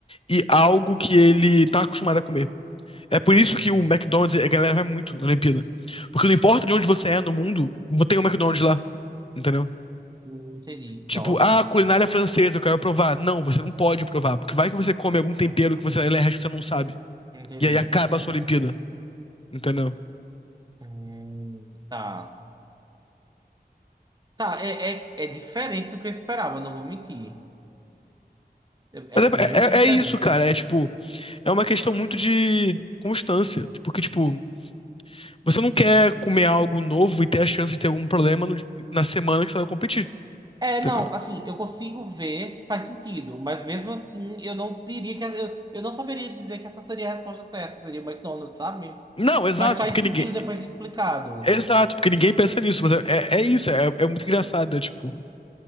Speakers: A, on the left; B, on the right.
A: e algo que ele tá acostumado a comer. É por isso
B: Hum,
A: que o McDonald's, a galera vai muito na Olimpíada. Porque não importa de onde você é no mundo, tem um McDonald's lá, entendeu?
B: Não entendi.
A: Tipo,
B: Nossa,
A: ah, culinária francesa, eu quero provar. Não, você não pode provar, porque vai que você come algum tempero que você é que você não sabe.
B: não entendi.
A: E aí acaba a sua Olimpíada, entendeu?
B: Hum, tá. Tá, é, é, é diferente do que eu esperava, não vou mentir. É,
A: Mas
B: é
A: é,
B: muito diferente.
A: é- é isso, cara. É tipo, é uma questão muito de constância. Porque, tipo, você não quer comer algo novo e ter a chance de ter algum problema no- na semana que você vai competir,
B: É,
A: entendeu?
B: não, assim, eu consigo ver que faz sentido, mas mesmo assim, eu não diria que. Eu, eu não saberia dizer que essa seria a resposta certa, seria o McDonald's, sabe?
A: Não, exato,
B: Mas faz
A: porque
B: sentido
A: ninguém.
B: depois de explicado.
A: Exato, porque ninguém pensa nisso, mas é, é é isso, é, é muito engraçado, é tipo.